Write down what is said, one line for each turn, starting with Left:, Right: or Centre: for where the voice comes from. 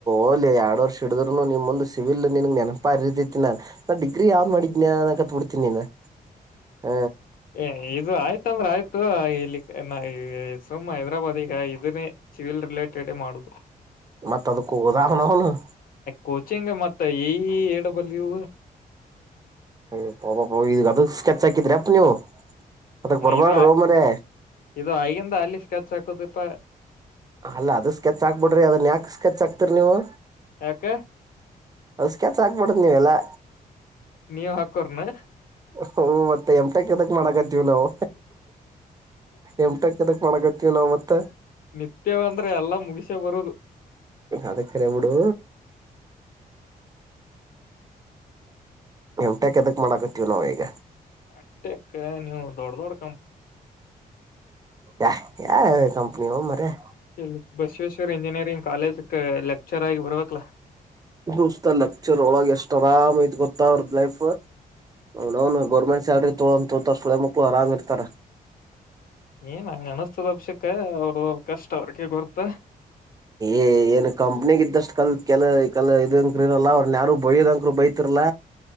Right: ಓಲಿ ಎರಡ್ ವರ್ಷ ಹಡಿದ್ರುನು ನಿಮ ಮುಂದ್ ಸಿವಿಲ್ ನಿನ್ ನೆನ ಪರಿತಿತಿ ನ ನಾ ಡಿಗ್ರಿ ಯಾವ್ ಮಾಡಿದ್ನಯ ಅನ್ನಕ್ ಅತ್ ಬಿಡ್ತೀನಿ ನೀನು ಹ.
Left: ಏ ಇದು ಆಯ್ತಂದ್ರ ಆಯ್ತು ಇಲ್ಲಿ ನ ಸುಮ್ ಹೈದ್ರಾಬಾದ್ ಈಗ ಇದನ್ನೇ ಚಿ <unintelligible> ಲ್ ರಿಲೇಟೆಡ್ ಮಾಡುದು.
Right: ಮತ್ತೆ ಅದ ಕೂದಾ ಹಣ ಅವನೌನ್.
Left: ಕೋಚಿಂಗ್ ಮತ್ತ ಈ ಎಡಬಲ್ಲಿ ಯು.
Right: ಯ ಪಪ ಹೊಗಿದ್ರು ಈ ಅದಕ ಸ್ಕೆಚ್ ಹಾಕಿದ್ರಿ ಅಪ್ಪ ನೀವು. ಅದಕ್
Left: ಮ
Right: ಬರ್ಬಾಡ್ರೋ
Left: ಇದು
Right: ಮರ್ಯಾ
Left: ಇದು ಆಗಿಂದ ಅಲ್ಲಿ ಸ್ಕಚ್ ಹಾಕುದಪ.
Right: ಅಲ್ಲ ಅದ ಸ್ಕೆಚ್ ಹಾಕ್ಬಿಡ್ರಿ ಅದನ್ ಯಾಕ್ ಸ್ಕೆಚ್ ಹಾಕ್ತಿರಿ ನೀವು.
Left: ಯಾಕೆ
Right: ಅದು ಸ್ಕೆಚ್ ಹಾಕಬಾರದು ನೀವೆಲ್ಲಾ.
Left: ನೀವ್ ಹಾಕೋರ್ನ.
Right: ಹಓ ಮತ್ತೆ ಎಮ್ ಟೆ ಕ್ ಎದಕ್ ಮಾಡಕತ್ತೀವಿ ನಾವು. ಎಂಟಕ್ ಎದಕ್ ಮಾಡಾಕತ್ತೀವಿ ನಾವ್ ಮತ್ತ
Left: ನಿತ್ಯವಂದ್ರೆ ಎಲ್ಲಾ ಮುಗಿಸೆ ಬರುದು.
Right: ಅದ ಕರೆ ಬಿಡು. ಎಂ ಟೆ ಕ್ಕ್ ಎದಕ್ ಮಾಡಾಕತಿವಿ ನಾವೀಗ.
Left: ಎಂ ಟೆ ಕ್ ನೀವು್ ದೊಡ್ಡ ದೊಡ್.
Right: ಯ ಯಾರ ಕಂಪನಿ ವೋ ಮರಾಯ.
Left: ಇಲ್ಲಿ ಬಸವೇಶ್ವರ್ ಇಂಜಿನಿಯರಿಂಗ್ ಕಾಲೇಜ್ ಲೆಕ್ಚರ್ ಆಗಿ ಬರ್ಬೇಕಲ್ಲ.
Right: ದೋಸ್ತ ಲೆಕ್ಚರ್ ಅವಾಗ ಎಷ್ಟ್ ಆರಾಮಿತ್ ಗೊತ್ತ ಅವ್ರದ ಲೈಫ್. ಹ ಅವ್ನೌನು ಗೌರ್ಮೆಟ್ ಸ್ಯಾಲ್ರಿ ತೊಳೊ ತೋಳ <unintelligible> ಮಕ್ಳು ಆರಾಮ್ ಇರ್ತಾರ.
Left: ಏ ನಂಗ ಅನಸ್ತದ ಅಭಿಷಕ್ ಅವರು ಕಷ್ಟ ಅವ್ರಿಗೆ ಗೊತ್ತ
Right: ಏ ಏನ್ ಕಂಪ್ನಿಗ ಇದ್ದಷ್ಟ್ ಕಲ್ ಕೆಲ ಕಲ ಇದಂಕ್ರ ಇರಲ್ಲ ಅವ್ರ ಯಾರು ಬಯೋದಂಕರು ಬೈತ್ ಕುರಲ